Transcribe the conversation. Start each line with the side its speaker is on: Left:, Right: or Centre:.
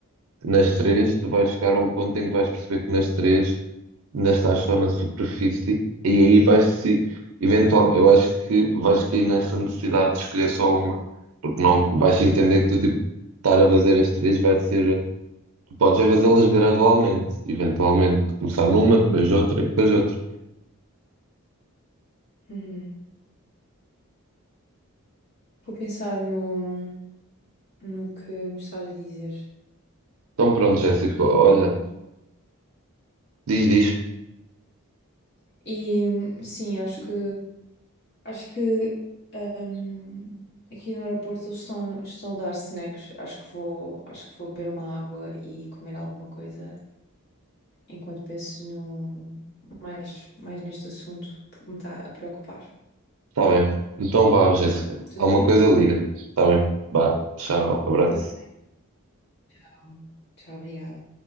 Right: nas três, tu vais chegar a um ponto em que vais perceber que nas três ainda estás só na superfície e aí vais se eventualmente, eu acho que vais cair nessa necessidade de escolher só uma, porque não vais entender que tu tipo, estar a fazer as três vai ser, tu podes é fazê-las gradualmente, eventualmente, começar numa,
Left: Uhum,
Right: depois outra e depois outra.
Left: uhum. Vou pensar no, no que me estás a dizer.
Right: Então pronto, Jéssica,
Left: e
Right: olha,
Left: hum,
Right: diz, diz,
Left: E sim, acho que acho que ahm, aqui no aeroporto eles estão, estão a dar snacks. Acho que vou, acho que vou beber uma água e comer alguma coisa enquanto penso no mais, mais neste assunto, porque me está a preocupar.
Right: está bem. Então vá, Jéssica,
Left: Tudo
Right: alguma
Left: bem?
Right: coisa liga, está bem? Vá, tchau, abraço.
Left: Tudo. bom. Tchau, obrigada.